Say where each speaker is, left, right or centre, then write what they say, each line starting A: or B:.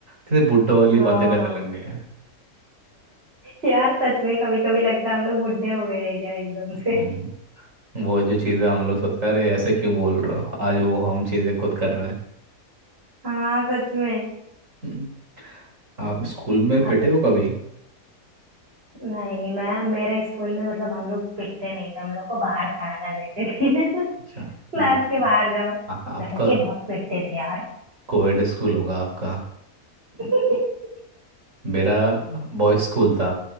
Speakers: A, on the right; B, on the right.
A: किसी बुड्ढों वाली
B: हाँ
A: बातें करने लग गए हैं
B: यार सच में कभी कभी लगता है हम लोग बुढ़े हो गए हैं क्या एकदम
A: हम्म
B: से
A: वो जो चीज़ें हम लोग सोचते हैं, अरे ऐसे क्यों बोल रहे हो आज वो हम चीज़ें खुद कर रहे
B: हाँ सच में
A: हैं आप स्कूल में
B: अभी
A: पिटे हो कभी
B: नहीं मैं मेरे स्कूल में मतलब हम लोग पिटते नहीं थे हम लोग को बाहर खड़ा कर देते थे
A: अच्छा
B: क्लास
A: नहीं
B: के बाहर जाओ
A: आ, आपका
B: लड़के बहुत पिटते थे यार
A: कोएड स्कूल होगा आपका
B: <laughs>
A: मेरा बॉयज स्कूल था